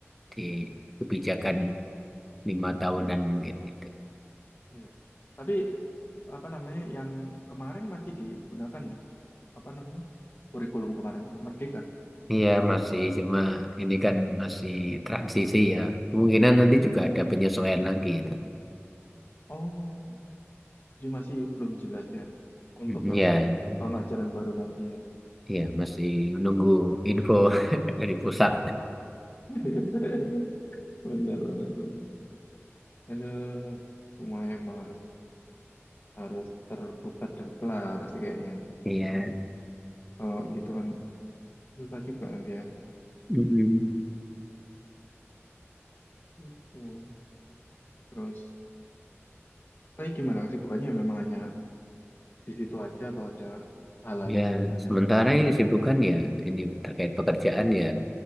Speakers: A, in the centre; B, on the left (about 45°).
A: di kebijakan lima tahunan
B: ya
A: mungkin gitu.
B: iya tapi apa namanya yang kemarin masih digunakan nggak apa namanya kurikulum kemarin Merdeka
A: Iya masih cuma ini kan masih transisi ya. Kemungkinan nanti juga
B: Hmm.
A: ada penyesuaian lagi itu.
B: oh jadi masih belum jelas ya untuk
A: Mm,
B: yang
A: Iya, mm,
B: tahun ajaran baru nanti ya
A: iya masih menunggu info <laughs> dari pusat.
B: <laughs> benar benar benar Aduh, semua emang harus harus terpusat dan pelar sih kayaknya itu.
A: Iya,
B: Kalau gitu kan susah juga nanti ya.
A: mm-mm.
B: Itu. Terus, tapi gimana kesibukannya memang hanya di situ aja atau ada hal lainnya
A: Ya
B: lagi Mas
A: sementara
B: Eno?
A: ini kesibukan ya ini terkait pekerjaan ya